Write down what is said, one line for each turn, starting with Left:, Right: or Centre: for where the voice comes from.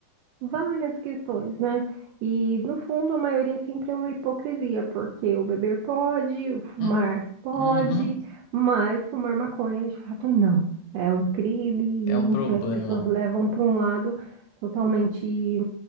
Right: várias questões, né? E no fundo, a maioria sempre é uma hipocrisia, porque o beber pode, o fumar
Left: Hum,
Right: pode,
Left: uhum.
Right: mas fumar maconha de fato não. É um crime, e,
Left: É um
Right: enfim,
Left: problema.
Right: as pessoas levam para um lado totalmente